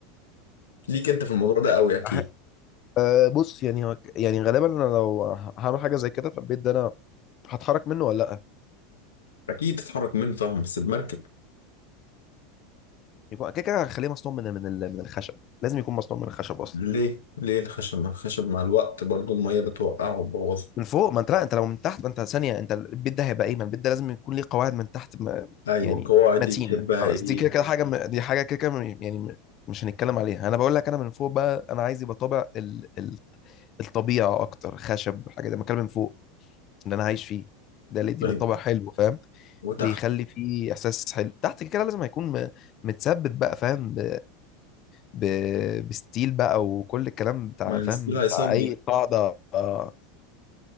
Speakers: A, on the left; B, on the left.
A: ليك انت في الموضوع ده قوي اكيد
B: أح... أه بص يعني هو- يعني غالبا انا لو هعمل حاجه زي كده في البيت ده انا هتحرك منه ولا لا
A: اكيد تتحرك منه طبعا بس بمركب
B: يكون كده كده هخليه مصنوع من من ال- من الخشب لازم يكون مصنوع من الخشب اصلا
A: ليه ليه الخشب ما الخشب مع الوقت برضو المية بتوقعه وتبوظه
B: من فوق ما انت لا انت لو من تحت ما انت ثانيه انت البيت ده هيبقى ايه ما البيت ده لازم يكون ليه قواعد من تحت ما
A: ايوه
B: يعني
A: القواعد
B: متينه
A: دي تحبها
B: خلاص
A: ايه
B: دي كده كده حاجه م- دي حاجه كده كده م- يعني م- مش هنتكلم عليها انا بقول لك انا من فوق بقى انا عايز يبقى طابع ال... ال... الطبيعه اكتر خشب والحاجه دي بتكلم من فوق اللي انا عايش فيه ده اللي يديني
A: طيب
B: طابع حلو فاهم
A: وتحت
B: بيخلي فيه احساس حلو تحت كده كده لازم هيكون م... متثبت بقى فاهم ب... ب... بستيل بقى وكل الكلام بتاع
A: ما الستيل
B: فاهم
A: هيصدي
B: بتاع اي قاعده اه